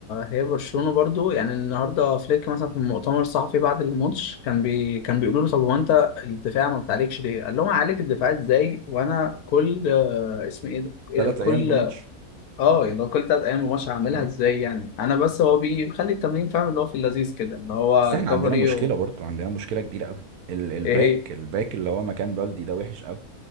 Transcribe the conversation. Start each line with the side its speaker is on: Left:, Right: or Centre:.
Left: هي برشلونة برضو يعني النهارده فليك مثلا في المؤتمر الصحفي بعد الماتش كان بي... كان بيقولوا له طب هو انت الدفاع ما بتعليكش ليه؟ قال لهم عليك الدفاع ازاي وانا كل آه، اسم ايه ده؟ ال-
Right: ثلاث
Left: كل
Right: ايام بماتش
Left: اه اللي هو كل تلات ايام الماتش هعملها
Right: مم.
Left: ازاي يعني انا بس هو بيخلي التمرين فاهم اللي هو في اللذيذ كده اللي هو
Right: بس احنا
Left: ريكفري
Right: عندنا مشكله
Left: و...
Right: برضو عندنا مشكله كبيره قوي ال- الباك
Left: ايه هي
Right: الباك اللي هو مكان بلدي ده وحش قوي